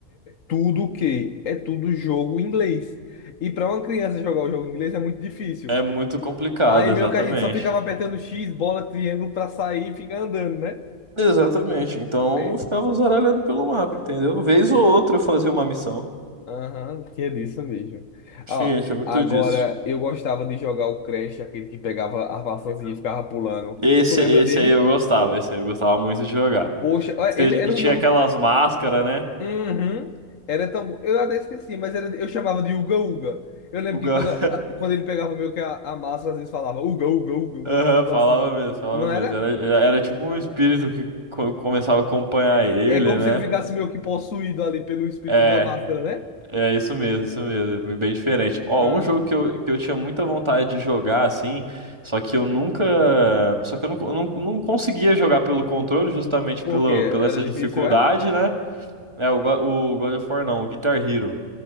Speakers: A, on the left; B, on the right.
A: tudo o quê? É tudo jogo em inglês. E para uma criança jogar o jogo em inglês é muito difícil.
B: É muito complicado,
A: Aí
B: exatamente.
A: meio que a gente só ficava apertando X, bola, triângulo para sair e ficar andando, né?
B: Exatamente, então
A: É,
B: eu ficava zaralhando pelo mapa, entendeu? Vez
A: tinha.
B: ou outra eu fazia uma missão.
A: Aham, tinha disso mesmo.
B: Tinha,
A: Ó,
B: tinha muito
A: agora
B: disso.
A: eu gostava de jogar o Crash, aquele que pegava a maçãzinha e ficava pulando.
B: Esse,
A: Tu lembra
B: esse
A: dele?
B: aí eu gostava, esse aí eu gostava muito de jogar.
A: Poxa, ó,
B: Que
A: ele era
B: que
A: um
B: tinha
A: jogo
B: aquelas máscaras, né?
A: Uhum. Era tão bom. Eu até esqueci, mas era, eu chamava de Uga Uga. Eu lembro
B: O, ga-
A: que quando, a- quando ele pegava meio que a, a massa, às vezes falava Uga Uga Uga, um
B: Aham,
A: negócio tipo
B: falava
A: assim.
B: mesmo, falava
A: Não era?
B: mesmo. Era, era tipo um espírito que co- começava a acompanhar
A: É,
B: ele,
A: é é como
B: né?
A: se ele ficasse meio que possuído ali pelo espírito
B: É,
A: da máscara, né?
B: é isso mesmo, isso mesmo. Bem diferente. Ó,
A: Aham.
B: um jogo que eu, que eu tinha muita vontade de jogar, assim, só que eu nunca. Só que eu não, não, não conseguia jogar pelo controle, justamente
A: Por
B: pelo,
A: quê?
B: pela
A: Era
B: essa
A: difícil,
B: dificuldade,
A: é?
B: né? É, o, Go- o God of War não, o Guitar Hero.